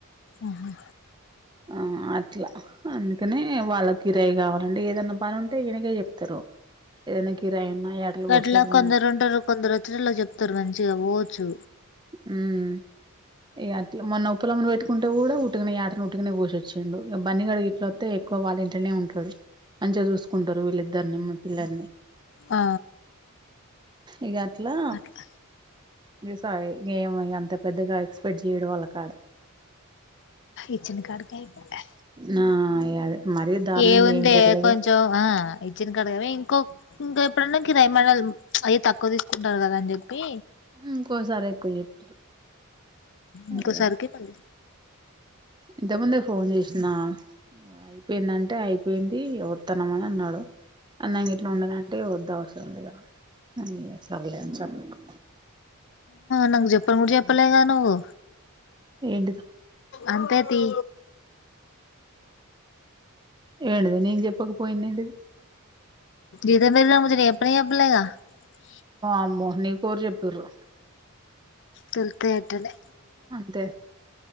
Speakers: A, on the left; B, on the right.
A: ఆహా
B: ఆ అట్లా అందుకని వాళ్ళ కిరాయి కావాలండి ఏదైనా పని ఉంటే ఈనకే చెప్తారు ఏదైనా కిరాయి ఉన్నా యాటలు
A: గట్లా
B: కోసేది ఉన్నా
A: కొందరు ఉంటరు కొందరు వచ్చినోళ్లకు చెప్తారు మంచిగా పోవచ్చు
B: హ్ ఇగ అట్లా మొన్న ఉప్పలమ్మని పెట్టుకుంటే కూడా ఉట్టుకనే యాటను ఉట్టుకనే కోసి వచ్చిండు బన్ని గాడు ఇట్ల వస్తే ఎక్కువ వాళ్ళ ఇంట్నే ఉంటాడు మంచిగా చూసుకుంటారు వీళ్ళిద్దరిని మా పిల్లల్ని
A: ఆ
B: ఇగ అట్లా
A: గట్ల
B: ఏస్ కాదే ఈమ ఇగ అంత పెద్దగా ఎక్స్పెక్ట్ చేయడం వాళ్ళ కాడ
A: ఇచ్చిన కాడికి అయిపాయే
B: నా ఇగ అదే మరీ దారుణంగా
A: ఏముందే
B: ఏమి ఇయ్యరులే
A: కొంచెం
B: గాని
A: ఆ ఇచ్చిన కాడ కానీ ఇంకో ఇంకా ఎప్పుడన్నా కిరాయి మనం అయి తక్కువ తీసుకుంటారు కదా అని చెప్పి
B: ఇంకోసారి ఎక్కువ చెప్తారు
A: ఇంకొసార్కి
B: ఇగ
A: మ
B: ఇంతకు ముందే ఫోన్ చేసిన అయిపోయిందంటే అయిపోయింది వస్తాన్నం అని అన్నాడు అన్నం గిట్లా వండదంటే వద్దు అవ్ సద అ సరలేను చెప్ప
A: నాకు చెప్పను కూడా చెప్పలేగా నువ్వు
B: ఏంటిదొ
A: అంతే తీ
B: ఏంటిది నేను చెప్పకపోయిన ఏంటిది
A: ఇద మ నా ము రేపుని అప్పలేగా <unintelligible>
B: అమ్మో నీ కోరు చెప్పిరు
A: తెలుస్తాయి అట్టనే
B: అంతే